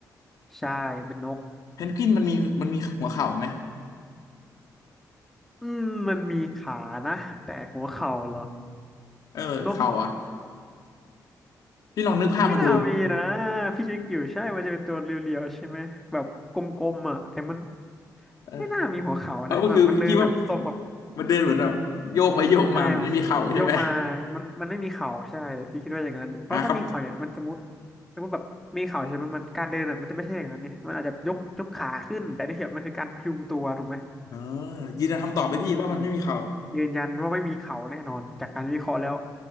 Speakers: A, in the centre; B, on the left.
A: ใช่เป็นนก
B: แพนกวินมันมีมันมีหัวเข่าไหม
A: อืมมันมีขานะแต่หัวเข่าเหรอ
B: เออเข่าอ่ะ
A: นก
B: พี่ลองนึกภาพมันดู
A: ไม่น่ามีนะพี่เชิคอยู่ใช่มันจะเป็นตัวเรียวๆใช่ไหม แบบกลมๆอ่ะแต่มัน
B: เออ
A: ไม่น่ามีหัวเข่านะแบบมันเดินแบบทรงแบบ
B: เอาก็คือพี่พี่ว่ามันเดินเหมือนแบบโยกไปโยกมาเหมือนไม่มีเข่าใช่ไหม
A: ใช่โยกมามันมันไม่มีเข่าใช่พี่คิดว่าอย่างนั้นเพราะถ้ามีเข่าเนี่ยมันจะมุด
B: หาครับ
A: สมมติแบบมีเข่าใช่ไหมมันการเดินอ่ะมันจะไม่ใช่อย่างนั้นเนี่ยมันอาจจะยกยกขาขึ้นแต่นี่คือมันคือการพยุงตัวถูกไหม
B: อ่ายืนยันคำตอบไปพี่ว่ามันไม่มีเขา
A: อืมยืนยันว่าไม่มีเข่าแน่นอนจากการวิเคราะห์แล้ว